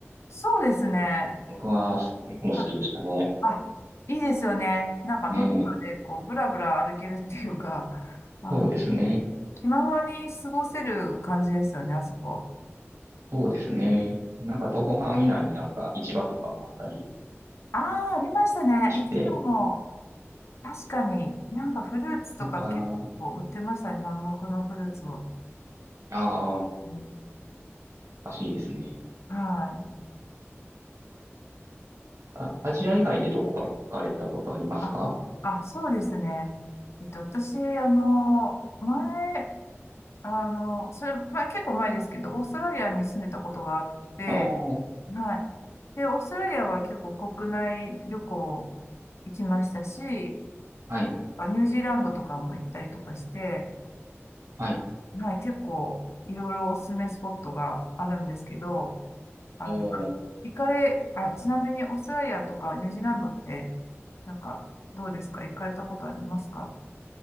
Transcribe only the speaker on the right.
僕は、僕も好きでしたね。
ねえ。
そうですね。
そうですね。なんか、徒歩範囲内になんか市場とかもあったり
して、
なんか、
ああ、お
かしいですね。
あ、アジア以外でどこか行かれたことありますか
ああー、
はい、
はい。
お行っ